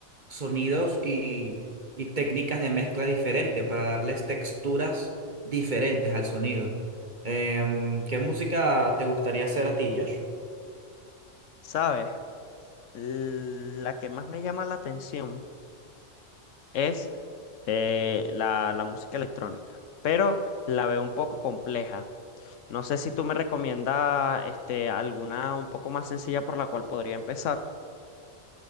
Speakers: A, on the right (about 40°); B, on the left (about 80°).
A: sonidos y, y técnicas de mezcla diferentes para darles texturas diferentes al sonido. Em, ¿qué música te gustaría hacer a ti, Josh?
B: ¿Sabes? La que más me llama la atención es eh, la, la música electrónica, pero la veo un poco compleja. No sé si tú me recomiendas este, alguna un poco más sencilla por la cual podría empezar.